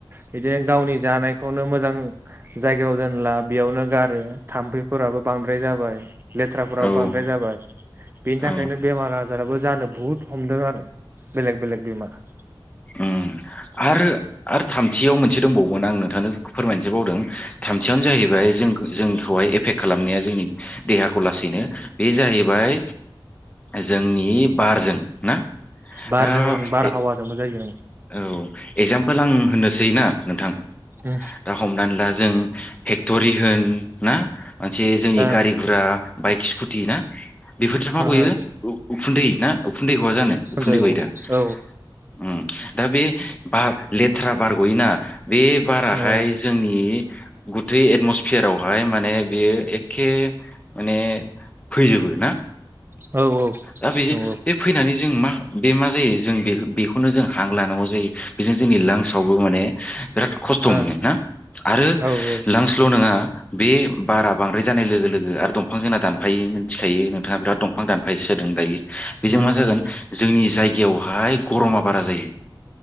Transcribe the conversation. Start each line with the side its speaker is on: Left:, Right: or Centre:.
Right: बिदि गावनि जानायखौनो मोजां जायगायाव दोनला बेयावनो गारो थाम्फैफोराबो बांद्राय जाबाय लेथ्राफोराबो
Left: औ
Right: बांद्राय जाबाय बेनि
Left: औ
Right: थाखायनो बेमार आजाराबो जानो बुहुद हमदों आरो बेलेग बेलेग बिमार
Left: ओम आरो आरो थामथियाव मोनसे दंबावोमोन आं नोंथांनो फोरमाय नोसो बावदों थामथियावनो जाहैबाय जों जोंखौहाय एफेक्ट खालामनाया जोंनि देहाखौ लासैनो बे जाहैबाय जोंनि बारजों ना
Right: बारजों
Left: दा
Right: ओं बारहावाजोंबो
Left: ए
Right: जायो
Left: औ एगजामफोल आं होनोसै ना नोंथां
Right: ओं
Left: दा हमनानै ला जों फेक्ट'रि होन ना मोनसे जोंनि
Right: ओ
Left: गारि गुरा बाइक स्कुटि ना बेफोरनिफ्राय मा गयो
Right: ओ
Left: उ उखुन्दै ना उखुन्दै गआ जानो उखुन्दै
Right: औ
Left: गयो दा उम
Right: औ
Left: दा बे बार लेथ्रा बार गयोना बे बाराहाय
Right: औ
Left: जोंनि गुथै एटम'स्फेयारावहाय माने बेयो एखे माने फैजोबो ना।
Right: औ
Left: दा बेजो
Right: नंगौ ओ
Left: बे फैनानै जों मा बे मा जायो। जों बे-बेखौनो जों हां लानांगौ जायो। बिजों जोंनि लांसआवबो माने बिराद खस्थ'
Right: औ
Left: मोनो ना आरो
Right: औ ओ
Left: लांसल' नङा बे बारा बांद्राय जानाय लोगो लोगो आरो दंफां जोंना दानफायो मिन्थिखायो नोंथाङा बिराद दंफां दान फाय सोदों दायो बेजों
Right: उम
Left: मा जागोन
Right: उम
Left: जोंनि जायगायावहाय गर'मा बारा जायो।